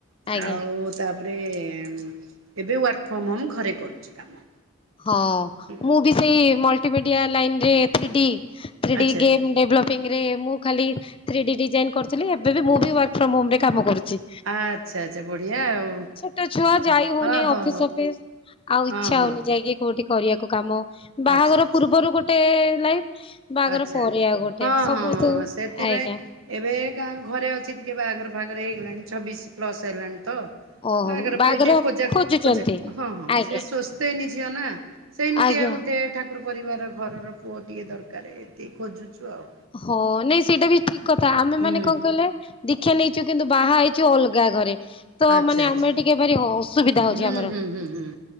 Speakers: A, on the left (about 25°); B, on the right (about 75°).
A: ଆଜ୍ଞା
B: ଆଉ ତାପରେ ଏବେ ୱାର୍କ ଫ୍ରମ୍ ହୋମ୍ ଘରେ କରୁଚି କାମ।
A: ହଁ
B: ହୁଁ
A: ମୁବି ସେଇ ମଲିଟିମିଡ଼ିଆ ଲାଇନରେ ଥ୍ରି ଡି ଥ୍ରି
B: ଆଚ୍ଛା
A: ଡି ଗେମ୍ ଡେଭଲପିଂ ରେ ମୁଁ ଖାଲି ଥ୍ରୀ ଡି ଡିଜାଇନ୍ କରୁଥିଲି ଏବେବି ମୁବି ୱାର୍କ ଫ୍ରର୍ମ ହୋମରେ କାମ କରୁଚି।
B: ଆଚ୍ଛା ଆଚ୍ଛା ବଢିଆ ଆଉ।
A: ଛୋଟ ଛୁଆ
B: ଓହୋ
A: ଯାଇହୋଉନି
B: ହୋ
A: ଅଫିସ୍ ଫଫିସ୍। ଆଉ ଇଚ୍ଛା
B: ହଁ ହଁ
A: ହଉନି ଯାଇକି କୋଉଠି କରିବାକୁ କାମ ବାହାଘର
B: ଆଚ୍ଛା ଆଚ୍ଛା।
A: ପୂର୍ବରୁ ଗୋଟେ ଲାଇଫ୍ ବାହାଘର
B: ଆଚ୍ଛା
A: ପରେ ଆଉ ଗୋଟେ
B: ହଁ
A: ସମସ୍ତୁ
B: ହଁ ସେଥିପାଇଁ
A: ଆଜ୍ଞା।
B: ଏବେ ଗାଁ ଘରେ ଅଛି ଟିକେ ବାହାଘର ଫାହାଘରେ ହେଇଗଲାଣି ଛବିଶି ପ୍ଲସ୍ ହେଲାଣିତ
A: ଓହୋ
B: ବାହାଘର ପାଇ ଟିକେ ଖୋଜା
A: ଖୋଜୁଛନ୍ତି
B: ଖୋଜା ହଁ ହଁ
A: ଆଜ୍ଞା
B: ସେଇ ସ୍ଥ ନ୍ତିନ୍ ଝିଅନା ସେମିତିଆ
A: ଆଜ୍ଞା
B: ଗୋଟେ ଠାକୁର ପରିବାର ଘରର ପୁଅଟିକେ ଦର କାର୍ ଏତିକି ଖୋଜୁଚୁ ଆଉ।
A: ହଁ, ନାଇଁ ସେଇଟା ବି ଠିକ୍ କଥା। ଆମେ
B: ହୁଁ
A: ମାନେ କଣ କହିଲେ? ଦୀକ୍ଷା ନେଇଚୁ, କିନ୍ତୁ ବାହା ହେଇଚୁ ଅଲଗା ଘରେ। ତ
B: ଆଚ୍ଛା
A: ମାନେ
B: ଆଚ୍ଛା
A: ଆମେ ଟିକେ ଭାରି ଅସୁବିଧା ହଉଚି
B: ହୁଁ
A: ଆମର।
B: ହୁଁ ହୁଁ ହୁଁ